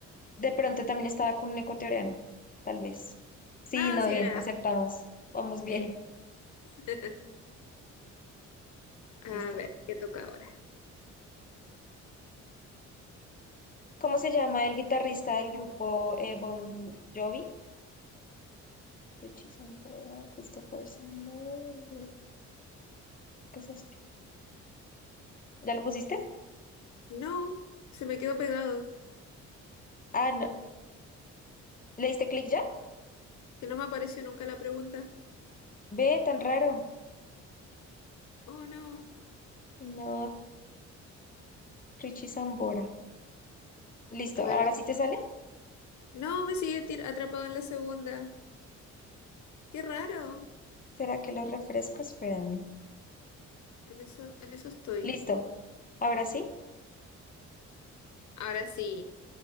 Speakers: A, on the left; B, on the left.
A: De pronto también estaba con un ecuatoriano, tal vez. Sí,
B: No,
A: no,
B: si
A: bien,
B: era
A: acertamos. Vamos bien,
B: esto. <laughs> A
A: listo.
B: ver, ¿qué toca ahora?
A: ¿Cómo se llama el guitarrista del grupo eh, Bon Jovi? Richie Sambora, Christopher Sambora, ¿qué es esto? ¿Ya lo pusiste?
B: No, se me quedó pegado.
A: Ah, no. ¿Le diste clic ya?
B: Que no me apareció nunca la pregunta.
A: Ve, tan raro.
B: Oh, no.
A: No, Richie Sambora. Listo,
B: A
A: ¿ahora
B: ver, la siguiente.
A: sí te sale?
B: No, me sigue tir- atrapado en la segunda. Qué raro.
A: ¿Será que lo refresco? Espérame.
B: En eso, en eso estoy.
A: Listo, ahora sí,
B: Ahora sí.